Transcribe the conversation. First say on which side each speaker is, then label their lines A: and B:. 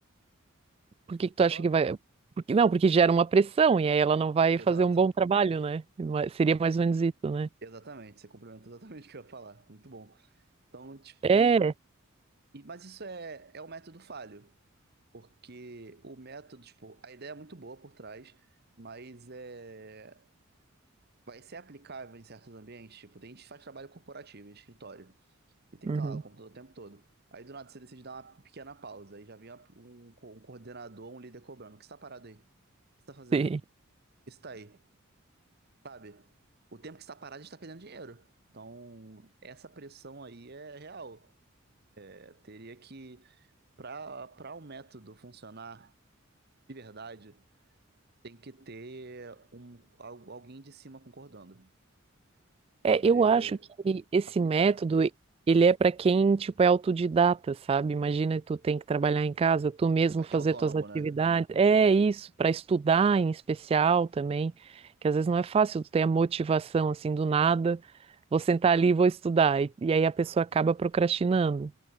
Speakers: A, on the right; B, on the right.
A: Por que que
B: pode
A: tu acha
B: falar?
A: que vai. Porque, não, porque gera uma pressão, e aí ela não vai
B: Exato.
A: fazer um bom trabalho, né? Ma- Seria mais ou menos isso, né?
B: Exatamente, você complementa exatamente <laughs> o que eu ia falar. Muito bom. Então, tipo,
A: É.
B: e- mas isso é, é o método falho. Porque o método, tipo, a ideia é muito boa por trás, mas é. Vai ser aplicável em certos ambientes. Tipo, tem gente que faz trabalho corporativo, em escritório, e tem
A: Uhum.
B: que estar lá o computador o tempo todo. Aí do nada você decide dar uma pequena pausa, aí já vem uma- um, co- um coordenador, um líder cobrando. O que você tá parado aí? O que você tá fazendo?
A: Sim.
B: O que você tá aí? Sabe? O tempo que você tá parado, a gente tá perdendo dinheiro. Então, essa pressão aí é real. É, teria que, para para um método funcionar de verdade, tem que ter um, al- alguém de cima concordando.
A: É,
B: Poder
A: eu acho que esse
B: aplicar.
A: método, ele é para quem, tipo, é autodidata, sabe? Imagina tu tem que trabalhar em casa, tu mesmo
B: Pra
A: fazer
B: quem é autônomo,
A: tuas atividades.
B: né?
A: É isso, para estudar em especial também, que às vezes não é fácil tu ter a motivação assim do nada, vou sentar ali e vou estudar. E, e aí a pessoa acaba procrastinando.